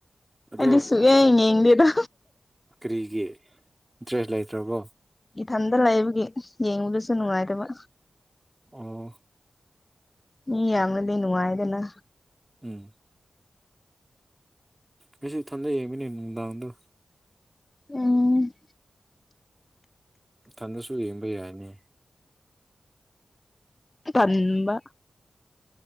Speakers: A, on the right (about 20°); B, on the left (about 25°).
A: ꯑꯗꯣ
B: ꯑꯗꯤ ꯁꯨꯛꯌꯦꯡ ꯌꯦꯡꯗꯦꯗꯥ
A: ꯀꯔꯤꯒꯤ ꯢꯟꯇ꯭ꯔꯦꯁ ꯂꯩꯇ꯭ꯔꯕꯣ
B: ꯏꯊꯟꯇ ꯂꯩꯕꯒꯤ ꯌꯦꯡꯕꯁꯨ ꯅꯨꯡꯉꯥꯏꯇꯕ꯫
A: ꯑꯣ
B: ꯃꯤ ꯌꯥꯃꯗꯤ ꯅꯨꯡꯉꯥꯏꯗꯅ
A: ꯎꯝ ꯑꯩꯁꯨ ꯏꯊꯟꯇ ꯌꯦꯡꯗꯣꯢꯅꯦ ꯅꯨꯡꯗꯥꯡꯗꯥ
B: ꯎꯝ
A: ꯏꯊꯟꯇꯁꯨ ꯌꯦꯡꯕ ꯌꯥꯏꯅꯦ
B: ꯇꯟꯕ